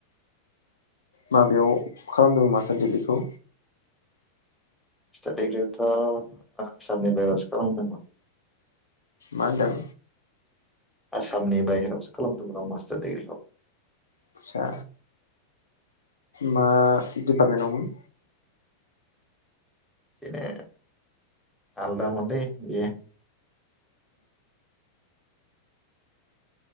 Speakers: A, on the left; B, in the centre.
A: माबेयाव खालामदोंमोन मास्टार डिग्रिखौ
B: मास्टार डिग्रिखौ थ' आसामनि बाहेराव सो खालामदों मोन
A: मा होनदों।
B: आसामनि बाहेरावसो खालामदोंमोन आं मास्टार दिग्रिखौ
A: आदसा मा डिपार्टमेन्टावमोन।
B: <unintelligible> आलदा मोन्दै बियो।